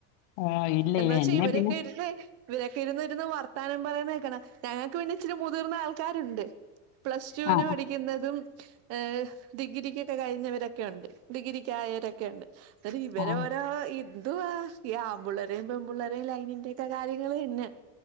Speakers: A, on the left; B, on the right.
A: ആ, ഇല്ല
B: എന്ന
A: ഇല്ല
B: വച്ചാ
A: എന്നെ
B: ഇവിരൊക്കെ
A: പിന്നെ
B: ഇരുന്ന് ഇവരൊക്കെ ഇരുന്ന് ഇരുന്ന് വർത്താനം പറയുന്നത് കേക്കണ ഞങ്ങൾക്ക് പിന്നെ ഇച്ചിരി മുതിർന്ന ആൾക്കാരുണ്ട് പ്ലസ് ടു വിന്
A: ആ
B: പഠിക്കുന്നതും ഏഹ് ഡിഗ്രിക്കൊക്കെ കഴിഞ്ഞവരൊക്കെ ഉണ്ട് ഡിഗ്രിക്കായവരൊക്കെ ഉണ്ട് അല്ല ഇവരെ
A: ആ ആ.
B: ഓരോ ഈ എന്തുവാ ഈ ആമ്പുള്ളരേയും പെൺമ്പള്ളരേയും ലൈനിന്റെ ഒക്കെ കാര്യങ്ങൾ തന്നെ